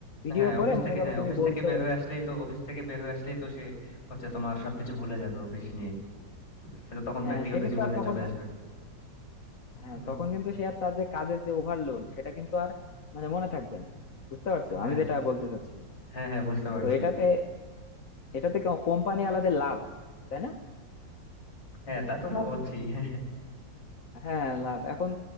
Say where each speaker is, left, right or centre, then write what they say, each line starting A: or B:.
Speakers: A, on the left; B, on the left.
A: ভিডিও
B: হ্যাঁ
A: করে
B: অফিস থেকে
A: মনে করো
B: হ্যাঁ
A: তুমি
B: অফিস
A: বলছো
B: থেকে বের হয়ে আসলেই তো অফিস থেকে বের হয়ে আসলেই তো সে হচ্ছে তোমার সবকিছু ভুলে যাবে অফিস নিয়ে সে তো তখন
A: হ্যাঁ
B: ব্যক্তিগত
A: সে কিন্তু
B: জীবনে
A: আর তখন
B: চলে আসবে
A: হ্যাঁ
B: হুম,
A: তখন কিন্তু সে আর তার যে কাজের যে ওভারলোড সেটা কিন্তু আর মানে মনে থাকবে না বুঝতে পারছো
B: হ্যাঁ
A: আমি যেটা বলতে চাচ্ছিলাম
B: হ্যাঁ হ্যাঁ বুঝতে পারছি
A: তো এটাতে এটাতে কোম্পানি আলাদা লাভ তাই না
B: হ্যাঁ তা তো লাভ হচ্ছেই <laughs>
A: হ্যাঁ লাভ এখন